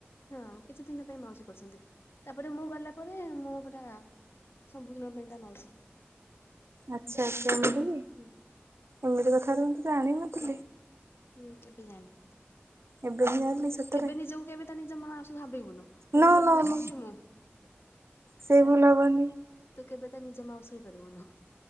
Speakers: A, on the left; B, on the right.
A: ହଁ କିଛି ଦିନ ପାଇଁ ମାଉସୀ କରୁଛନ୍ତି ତାପରେ ମୁଁ ଗଲା ପରେ ମୋ ତା ସମ୍ପୂର୍ଣ୍ଣ ରୂପେ ତା ମାଉସୀ।
B: ଆଚ୍ଛା ଆଚ୍ଛା ଏମିତି କି
A: ହୁଁ
B: ଏମିତି କଥା ତ ମୁଁ ତ ଜାଣିନଥିଲି।
A: ୟା ହୁଁ ଏବେ ଜାଣେ।
B: ଏବେ ହିଁ ଜାଣିଲି ସତରେ।
A: କେବେ ନିଜକୁ କେବେ ତା ନିଜ ମାଉସୀ ଭାବିବୁନୁ। ତା
B: ନୋ
A: ନିଜ
B: ନୋ
A: ମାଉସୀ
B: ନୋ
A: ହଉଛି ମୁଁ
B: ସେଇ
A: ହେଲା
B: ଭୁଲ ହବନି।
A: ତୁ କେବେ ତା ନିଜ ମାଉସୀ ହେଇ ପାରିବୁନୁ।